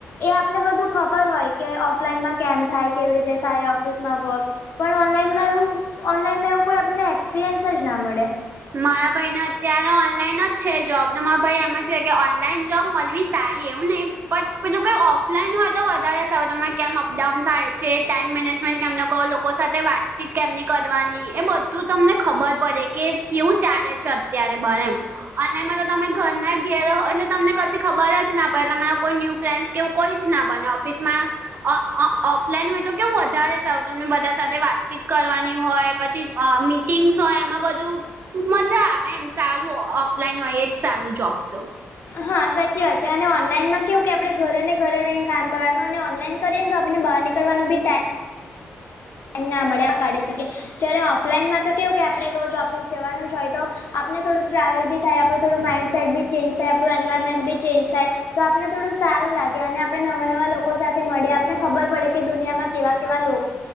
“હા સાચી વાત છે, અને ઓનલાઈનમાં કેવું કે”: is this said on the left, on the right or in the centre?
Left